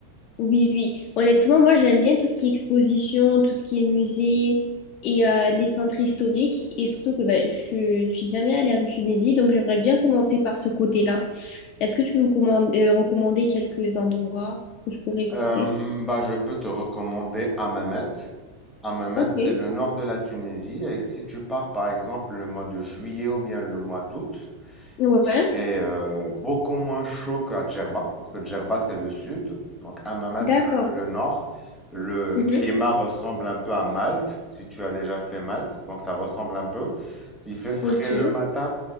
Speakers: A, on the left (about 35°); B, in the centre.
A: Oui, oui. Honnêtement, moi, j'aime bien tout ce qui est exposition, tout ce qui est musée et euh, les centres historiques. Et surtout que ben, je suis jamais allée en Tunisie, donc j'aimerais bien commencer par ce côté-là. Est-ce que tu peux me comman- euh, recommander quelques endroits où je pourrais visiter?
B: Euh, bah, je peux te recommander Hammamet. Hammamet,
A: Ok.
B: c'est le nord de la Tunisie. Et si tu pars, par exemple, le mois de juillet ou bien le mois d'août,
A: Ouais.
B: Il fait euh, beaucoup moins chaud qu'à Djerba, parce que Djerba, c'est le sud, donc Hammamet,
A: D'accord.
B: c'est un peu le nord. Le
A: Mhm.
B: climat ressemble un peu à Malte, si tu as déjà fait Malte, donc ça ressemble un peu. Il fait frais
A: Ok.
B: le matin,